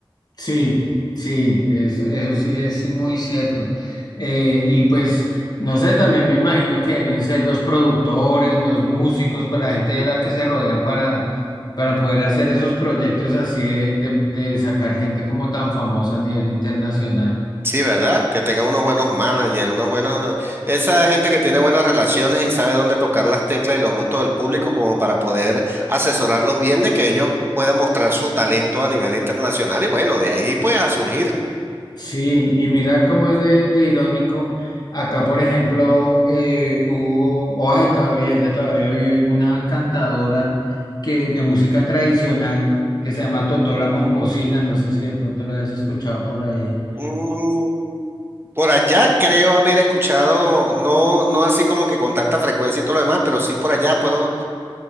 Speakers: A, on the left; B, on the right.
A: Sí, sí, eso, eso sí es muy cierto. Eh, y pues, no sé, también me imagino que deben ser los productores, los músicos, pues la gente de la que se rodean para, para poder hacer esos proyectos así de, de de sacar gente como tan famosa a nivel internacional.
B: Sí, ¿verdad? Que tenga unos buenos managers, unos buenos... Esa gente que tiene buenas relaciones y sabe dónde tocar las teclas y los gustos del público como para poder asesorarlos bien de que ellos puedan mostrar su talento a nivel internacional y bueno, de ahí pues a surgir.
A: Sí, y mira cómo es de, de irónico. Acá, por ejemplo, eh, hubo, o hay todavía, ella todavía vive, una cantadora que, de música tradicional que se llama Totola Momposina, no sé si de pronto la has escuchado por ahí.
B: Mm, por allá creo haber escuchado, no, no así como que con tanta frecuencia y todo lo demás, pero sí por allá puedo